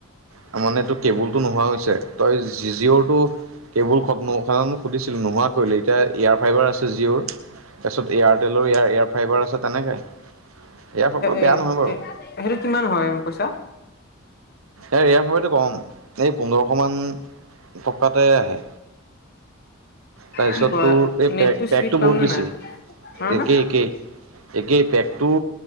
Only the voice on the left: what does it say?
এ
সেইটো কিমান হয় পইচা?
কি কয়
নেটটো
স্পীড পাম
নে
নাই হা হা